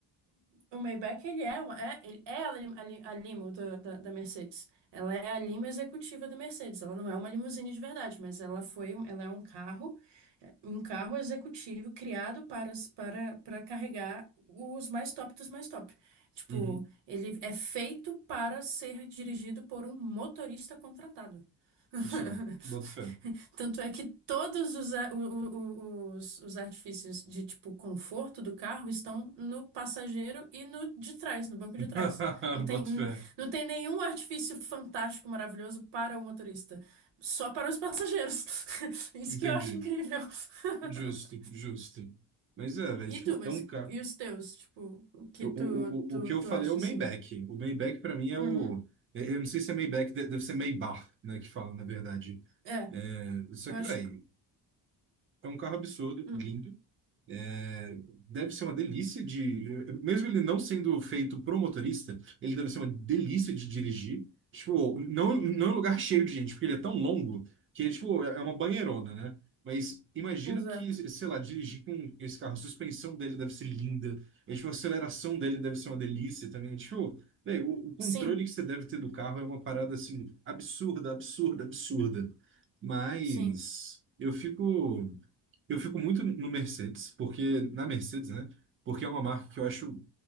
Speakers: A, on the right; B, on the right.
A: O, o Maybach, ele é, uma- é, ele é a, lim- a, lim- a limo da, da, da Mercedes. Ela é a lima executiva da Mercedes. Ela não é uma limusine de verdade, mas ela foi, ela é um carro, é, um carro executivo criado para, as- para, para carregar os mais top dos mais top. Tipo,
B: Uhum.
A: ele é feito para ser dirigido por um motorista contratado. <laughs>
B: Isso, ó. Boto fé.
A: Tanto é que todos os, a- o- o- o- os, os artifícios de tipo conforto do carro estão no passageiro e no de trás, no banco
B: <laughs>
A: de trás. Não tem,
B: Boto
A: n-
B: fé.
A: não tem nenhum artifício fantástico, maravilhoso para o motorista. Só para os passageiros. <laughs> Isso
B: Entendi.
A: que eu acho incrível. <laughs>
B: Justo, justo. Mas é, velho,
A: E
B: tipo,
A: tu, mas
B: é um carro.
A: e os teus? Tipo, o que
B: O, o,
A: tu, tu,
B: o, o que eu
A: tu
B: falei
A: acha
B: é o Maybach.
A: assim?
B: O Maybach, pra mim, é
A: Uhum.
B: o. Eu eu não sei se é Maybach, de- deve ser Maybach, né? Que fala, na verdade.
A: É,
B: É, Isso
A: eu
B: aqui,
A: acho.
B: velho, é um carro absurdo,
A: hum,
B: lindo. É, Deve ser uma delícia de. Mesmo ele não sendo feito pro motorista, ele deve ser uma delícia de dirigir. Tipo, não, não em lugar cheio de gente, porque ele é tão longo que é, tipo, é uma banheirona, né? Mas imagina
A: exato.
B: que, sei lá, dirigir com esse carro, a suspensão dele deve ser linda, e, tipo, a aceleração dele deve ser uma delícia também. Tipo, véi, o, o controle
A: Sim,
B: que você deve ter do carro é uma parada assim, absurda, absurda, absurda. Mas
A: sim.
B: eu fico. Eu fico muito no Mercedes, porque na Mercedes, né? Porque é uma marca que eu acho